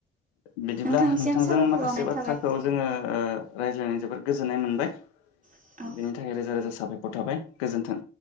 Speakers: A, on the left (about 75°); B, on the right (about 25°).
A: बिदिब्ला
B: नोंथांनिसिम
A: नोंथांजों
B: साबायखर
A: माखासे
B: बावनाय
A: बाथ्राखौ
B: थाबाय
A: जोङो ओ रायज्लायनाय जोबोद गोजोननाय मोनबाय।
B: औ
A: बेनि थाखाय रोजा रोजा सा साबायखर थाबाय गोजोन्थों।